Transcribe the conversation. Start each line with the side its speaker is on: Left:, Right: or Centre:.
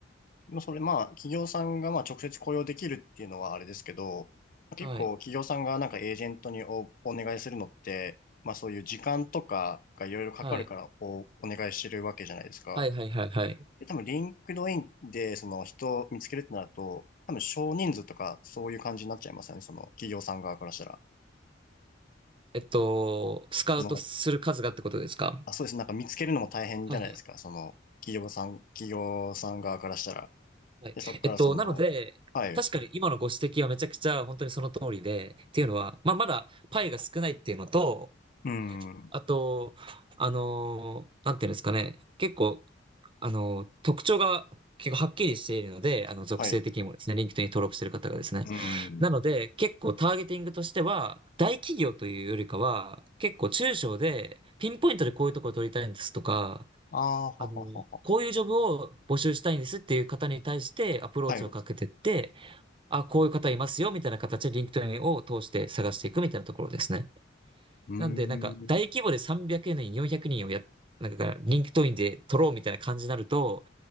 Left: まあ、それ、まあ、企業さんがまあ直接雇用できるっていうのはあれですけど、結構企業さんがなんかエージェントにお、
Right: はい。
Left: お願いするのって、まあそういう時間とかがいろいろかかるからお、
Right: はい。
Left: お願いしてるわけじゃないですか。
Right: はいはいはいはい。
Left: で、多分、リンクドインで、その人を見つけるってなると、多分、少人数とか、そういう感じになっちゃいますよね。その、企業さん側からしたら。
Right: えっと、スカウトする数がってことですか
Left: その、あ、そうです。なんか見つけるのも大変じゃないですか。
Right: はいはい。
Left: その、企業さん、企業さん側からしたら。
Right: はい。
Left: で、そこからその、
Right: えっと、なので、
Left: はい。
Right: 確かに今のご指摘はめちゃくちゃ本当にその通りで、っていうのは、まあ、まだパイが少ないっていうのと、
Left: うん。
Right: あと、あのーなんていうんですかね、結構、あのー特徴が結構はっきりしているので、あの、属性的にもですね、
Left: はい。う
Right: リンクトインに登録している方がですね。
Left: ん。
Right: なので、結構ターゲティングとしては、大企業というよりかは、結構中小で、ピンポイントでこういうところを取りたいんですとか、
Left: ああ、はははは。
Right: あの、こういうジョブを募集したいんですっていう方に対してアプローチをかけてって、
Left: はい。う
Right: あ、こういう方いますよみたいな形で LinkedIn を通して探していくみたいなところですね。
Left: ーん。
Right: なんで、なんか大規模で300人、400人をや、なんか LinkedIn で取ろうみたいな感じになると、